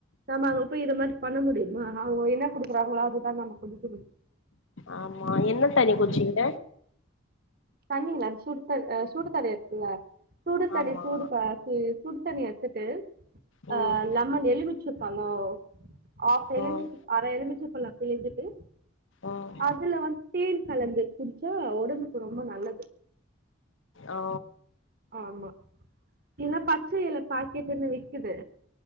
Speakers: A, on the right; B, on the left.
A: நம்ம அங்க போய் இந்த மாரி பண்ண முடியுமா அவங்க என்ன குடுக்குறாங்களோ அதுதா நம்ம உ <unintelligible>
B: ஆமா என்ன தண்ணி குடிச்சீங்க
A: தண்ணில அது சுடு த் சுடுதண்ணி இருக்குல சூடு தணி
B: ஆமா
A: சூடு ப ச சுடு தண்ணிய வச்சிட்டு
B: ம்
A: அஹ் லெமன் எழுமு ச்சபலோ ஆஃப் எலுமிச்ச
B: ம்
A: அர எலுமிச்ச பழம் பிழிஞ்சுட்டு
B: ம்
A: அதுல வந்து தேன் கலந்து குடிச்சா <unintelligible> ரொம்ப நல்லது
B: ஓ
A: ஆமா இல்ல பச்சை எலை பாக்கெட்டுன்னு விக்குது